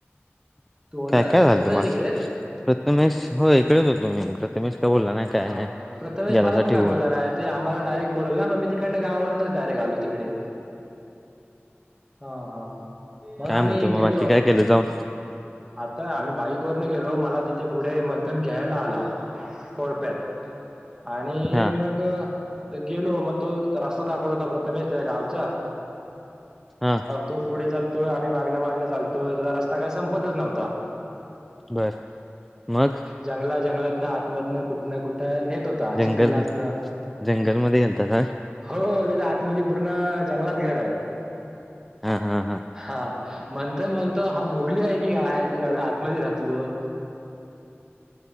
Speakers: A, on the right; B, in the centre.
A: तू होता
B: काय काय झालंत
A: होताच
B: मग
A: इकडेच
B: प्रथमेश हो इकडेच होतो मी प्रथमेश काय बोलला नाही
A: हा
B: काय नाही
A: प्रथमेश
B: गेलासा
A: मला पण
B: ठेवून
A: काय बोलला नाही ते आम्हाला डायरेक्ट बोल ना मग मी नाही नाही गावावरनच डायरेक्ट आलो तिकडे हा हा मग
B: काय
A: आम्ही
B: म्हणतो मग
A: गेलो.
B: बाकी काय केलं जाऊन
A: आता आम्ही बाईक वरन गेलो मला तिथे पुढे मंथन घ्यायला आला. कोळप्यात आणि
B: हा
A: मग गेलो मग तो रस्ता दाखवला होता प्रथमेश त्या गाव चा
B: हा
A: तो पुढे चालतोय आम्ही मागण मागण चालतोय त्याचा रस्ता काय संप तच नव्हता
B: बर मग
A: जंगला जंगलातन मधंन कुठ ना कुठं नेत नेत होता
B: जंगल
A: चिखलातन
B: जंगलमध्ये गेलतात होय
A: हो त्याच्या आतमध्ये पूर्ण जंगलात घर आहे
B: हा हा
A: हा मंथन म्हणतो हा मोगली आहे. एवढ्या आतमध्ये राहतो तो